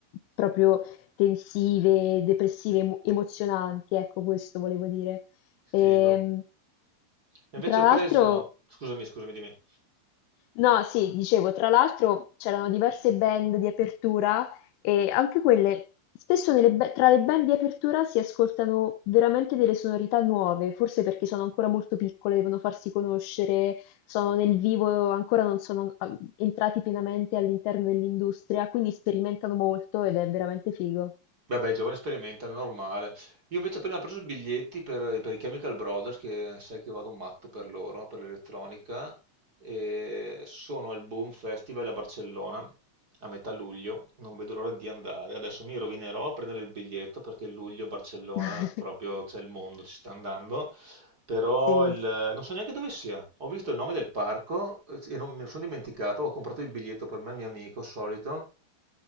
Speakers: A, on the left (about 80°); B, on the right (about 30°).
A: proprio tensive, depressive, emo- emozionanti, ecco, questo volevo dire. Ehm,
B: figo. Invece
A: tra
B: ho
A: l'altro.
B: preso, scusami, scusami, dimmi.
A: No, sì, dicevo, tra l'altro c'erano diverse band di apertura e anche quelle, spesso nelle ba- tra le band di apertura si ascoltano veramente delle sonorità nuove, forse perché sono ancora molto piccole, devono farsi conoscere, sono nel vivo, ancora non sono ah, entrati pienamente all'interno dell'industria, quindi sperimentano molto ed è veramente figo.
B: Vabbè, i giovani sperimentano, normale. Io invece ho appena preso i biglietti per, per i Chemical Brothers, che sai che vado matto per loro, per l'elettronica, e sono al Boom Festival a Barcellona a metà luglio, non vedo l'ora di andare. Adesso mi rovinerò a prendere il biglietto perché luglio Barcellona
A: <laughs>
B: proprio c'è il mondo, ci sta andando. però
A: Sì.
B: il- non so neanche dove sia. Ho visto il nome del parco eh, sì, e non me ne sono dimenticato, ho comprato il biglietto per me e il mio amico solito,